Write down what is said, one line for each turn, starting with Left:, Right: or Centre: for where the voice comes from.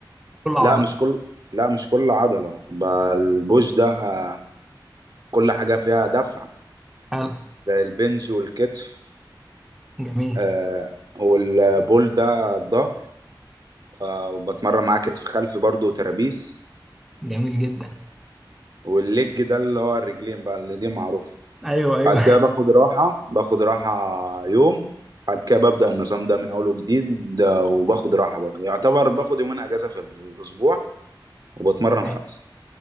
Centre: كل عضله
Right: لا مش كل لا مش كل عضلة ب- البوش ده آه، كل حاجة فيها دفع
Centre: حلو
Right: زي البنج والكتف
Centre: جميل
Right: آه والبول ده الظهر آه وبتمرن معاه كتف خلفي برضو وترابيس
Centre: جميل جدا
Right: والليج ده اللي هو الرجلين بقى اللي دي معروفة
Centre: ايوه ايوه
Right: بعد كده باخد راحة باخد راحة يوم بعد كده ببدأ النظام ده من أول وجديد ده وباخد راحة برضه يعتبر باخد يومين أجازة في الأسبوع وبتمرن
Centre: <laughs>
Right: خمسة